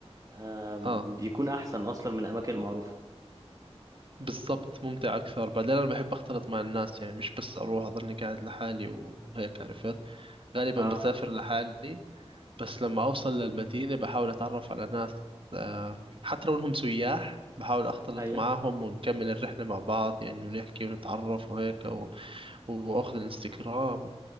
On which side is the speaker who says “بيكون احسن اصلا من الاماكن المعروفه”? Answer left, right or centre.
Right